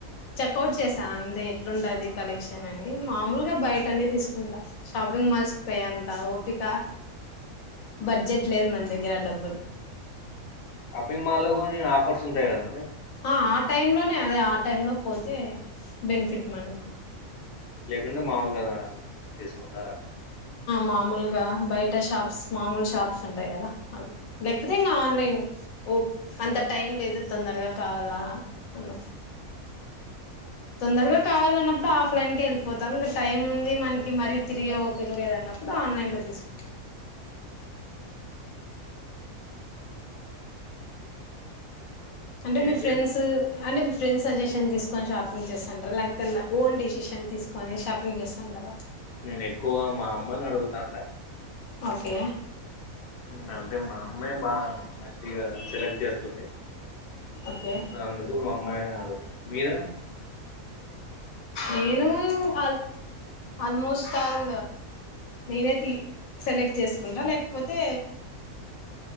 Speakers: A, on the left; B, on the left.
A: చెక్ఔట్ చేసా అంతే ఎట్లుంటది కలెక్షన్ అని మామూలుగా బయటనే తీసుకుంటా షాపింగ్ మాల్స్ పోయేంత ఓపిక బడ్జెట్ లేదు మన దగ్గర డబ్బులు
B: షాపింగ్ మాల్లో కొని ఆఫర్స్ ఉంటాయి కదా
A: ఆ ఆటైమ్ లోనే అదే ఆ టైమ్ లో పోతే బెనిఫిట్ మనగు
B: లేకుండా మామలు గదా తీసుకుంటారా
A: మామూలుగా బయట షాప్స్ మామూలు షాప్స్ ఉంటాయి కదా అవి లేకపోతే ఇంకా ఆన్లైన్ ఓ అంత టైం లేదు తొందరగా కావాలా అన్నప్పుడ్ తొందరగా కావాలన్నప్పుడు ఆఫ్లైన్ కే వెళ్ళిపోతాం ఇంకా టైం ఉంది మనకి మరీ తిరిగే ఓపిక లేదు అన్నప్పుడు ఆన్లైన్ లో తీసుకు అంటే
B: నేనైతే
A: మీ ఫ్రెండ్సు అంటే మీ ఫ్రెండ్స్ సజెషన్ తీసుకొని షాపింగ్ చేస్తుంటారా లేకపోతే ఓన్ డెసిషన్ తీసుకొని షాపింగ్ చేస్తాంటారా
B: నేను ఎక్కువ మా అమ్మని అడుగుతాంట
A: ఓకే
B: అన్ అంటే మా అమ్మ బాగా మంచిగా సెలెక్ట్ చేస్తుంది
A: ఓకే
B: సో అందుకు మమ్మయే ఓ మీరు
A: నేను ఆల్ ఆల్మోస్ట్ ఆల్ నేనే తీస్ సెలెక్ట్ చేసుకుంటా లేకపోతే